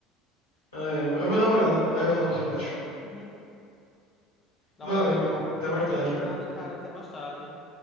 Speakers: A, on the left; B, on the left.
A: Ah, é. Eu vou dar uma olhada. Aí eu falo o que eu acho.
B: Uhum. Dá
A: Valeu,
B: uma olhada,
A: irmão.
B: cara.
A: Até mais tarde,
B: Do
A: cara.
B: nada, cara. Até mais tarde.